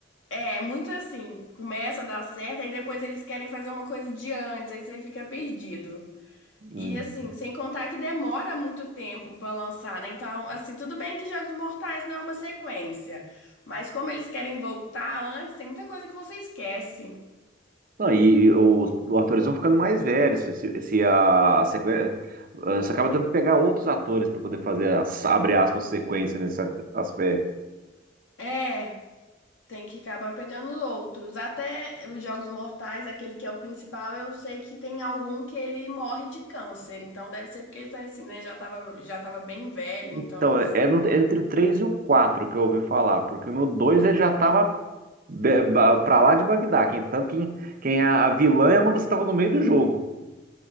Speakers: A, on the left; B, on the right.
A: É, muito assim, começa a dar certo, aí depois eles querem fazer uma coisa de antes, aí você fica perdido.
B: Hum.
A: E assim, sem contar que demora muito tempo pra lançar, né? Então, assim, tudo bem que Jogos Mortais não é uma sequência, mas como eles querem voltar antes, tem muita coisa que você esquece.
B: Não, e, e os, os atores vão ficando mais velhos. Se, se- se a sequência. Você acaba tendo que pegar outros atores para poder fazer, a, abre aspas, sequência nesse aspecto.
A: É, tem que acabar pegando outros. Até os Jogos Mortais, aquele que é o principal, eu sei que tem algum que ele morre de câncer. Então deve ser porque ele tá assim, né? Já tava, já tava bem velho,
B: Então,
A: então.
B: é, é no- é entre o 3 e o 4 que eu ouvi falar, porque no 2 ele já tava be- ba- pra lá de Bagdá, quem, tanto que quem a, a vilã é uma das que tava no meio do jogo,